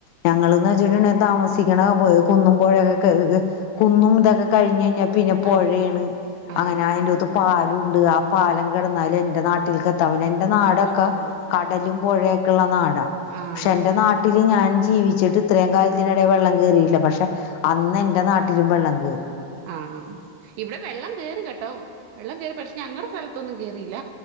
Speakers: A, on the left; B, on the right.
A: ഞങ്ങള്ന്ന് വച്ചിട്ടുണ്ടേ. താമസിക്കണ കുന്നും പുഴയൊക്കെ കേറി കുന്നും ഇതൊക്കെ കഴിഞ്ഞ് കഴിഞ്ഞ് പിന്നെ പുഴേണ്
B: ആഹ് ആഹ്
A: അങ്ങനെഅതിന് അകത്ത് പാ ണ്ട് ആ പാലം കിടന്നാല് എന്റെ നാട്ടിൽക്കെത്താൻ എന്റെ നാടൊക്കെ
B: വെച്ചോളും
A: കടലും പുഴയൊക്കള്ള നാടാ
B: ആഹ്
A: പക്ഷെ എന്റെ നാട്ടില് ഞാന് ജീവിച്ചിട്ട്ത്രേം കാല അതിനിടെ വെള്ളം കേറീല്ല പക്ഷേ അന്ന് എന്റെ നാട്ടിലും വെള്ളം ഏർ
B: ആ ഇവിടെ വെള്ളം കേറി കേട്ടോ വെള്ളം കേറി പക്ഷേ ഞങ്ങുടെ സ്ഥലത്തൊന്നും കേറിയില്ല